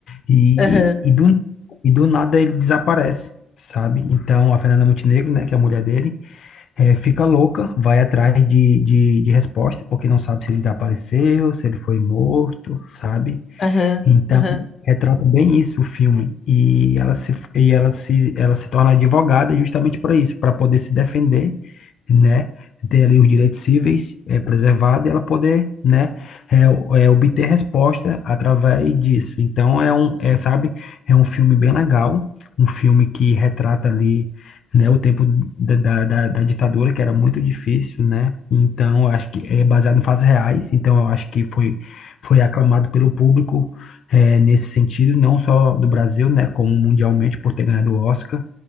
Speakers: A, on the left (about 60°); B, on the left (about 40°).
A: e,
B: Aham,
A: e, do, e do nada ele desaparece, sabe? Então a Fernanda Montenegro, né, que é a mulher dele, eh, fica louca, vai atrás de, de, de resposta, porque não sabe se ele desapareceu, se ele foi morto, sabe?
B: aham,
A: Então,
B: aham.
A: retrata bem isso o filme. E ela se, e ela se, ela se torna advogada justamente para isso, para poder se defender, né? Ter ali os direitos cíveis é, preservados e ela poder, né, é, o- é, obter resposta através disso. Então, é um, é, sabe, é um filme bem legal, um filme que retrata ali, né, o tempo da, da, da da ditadura, que era muito difícil, né? Então, eu acho que é baseado em fatos reais, então eu acho que foi foi aclamado pelo público, é, nesse sentido, não só do Brasil, né, como mundialmente por ter ganhado o Oscar.